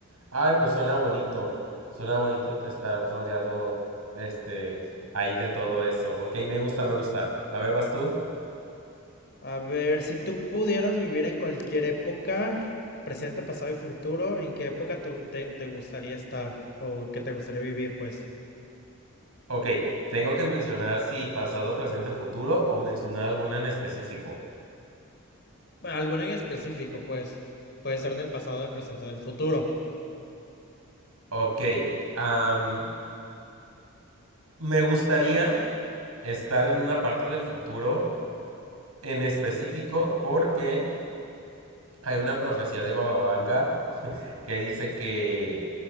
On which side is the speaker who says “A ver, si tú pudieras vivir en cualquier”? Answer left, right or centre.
Left